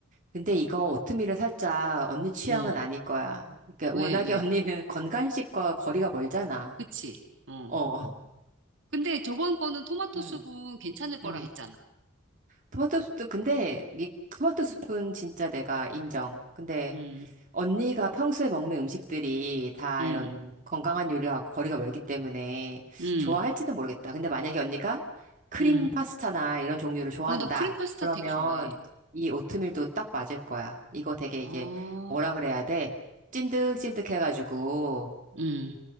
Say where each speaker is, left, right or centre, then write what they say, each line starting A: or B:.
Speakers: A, on the right (about 40°); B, on the right (about 60°).
A: 근데 이거 오트밀을 살짝 언니 취향은
B: 어,
A: 아닐 거야. 그러니까
B: 왜,
A: 워낙에
B: 왜?
A: 언니는 <laughs> 건강식과 거리가 멀잖아.
B: 그치? 어.
A: 어.
B: 근데 저번 거는 토마토
A: 음,
B: 수분 괜찮을 거라
A: 음.
B: 했잖아.
A: 토마토 수프, 근데 이 토마토 수프는 진짜 내가 인정. 근데
B: 음,
A: 언니가 평소에 먹는 음식들이 다
B: 음,
A: 이런 건강한 요리하고 거리가 멀기 때문에
B: 음,
A: 좋아할지는 모르겠다. 근데 만약에 언니가 크림
B: 음.
A: 파스타나 이런 종류를 좋아한다.
B: 어, 나 크림 파스타
A: 그러면
B: 되게 좋아해.
A: 이 오트밀도 딱 맞을 거야. 이거 되게
B: 어,
A: 이게 뭐라 그래야 돼? 찐득찐득 해가지고
B: 음,